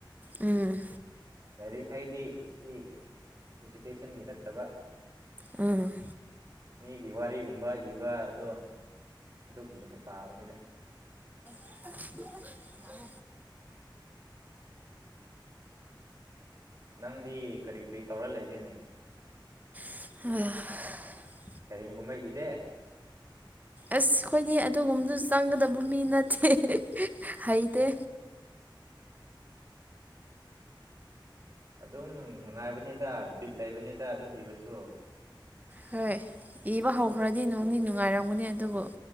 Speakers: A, on the right (about 20°); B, on the right (about 40°).
A: ꯎꯝ
B: ꯂꯥꯏꯔꯤꯛ ꯍꯩꯗꯤ ꯁꯤ ꯏꯖꯨꯀꯦꯁꯟꯒꯤ ꯅꯠꯇꯕ
A: ꯎꯝ
B: ꯃꯤꯒꯤ ꯋꯥꯔꯤꯒꯨꯝꯕ ꯏꯕ ꯑꯗꯣ ꯑꯗꯨꯒꯨꯝꯕꯗꯨ ꯄꯥꯕꯅꯤꯗ
A: <inaudible>
B: ꯅꯪꯗꯤ ꯀꯔꯤ ꯀꯔꯤ ꯇꯧꯔ ꯂꯩꯒꯦꯅꯦ
A: <unintelligible>
B: ꯁꯩꯔꯦꯡꯒꯨꯝꯕ ꯏꯗꯦ
A: ꯑꯁ ꯑꯩꯈꯣꯏꯗꯤ ꯑꯗꯨꯒꯨꯝꯕꯗꯨ ꯆꯪꯒꯗꯕ ꯃꯤ ꯅꯠꯇꯦ ꯍꯩꯇꯦ
B: ꯑꯗꯨꯝ ꯅꯨꯡꯉꯥꯏꯕꯅꯤꯗ ꯕꯤꯠ ꯂꯩꯕꯅꯤꯗ ꯑꯗꯨꯝ ꯏꯕꯁꯨ
A: ꯍꯣꯏ ꯏꯕ ꯍꯧꯈ꯭ꯔꯗꯤ ꯅꯨꯡꯗꯤ ꯅꯨꯡꯉꯥꯏꯔꯝꯒꯅꯤ ꯑꯗꯨꯕꯨ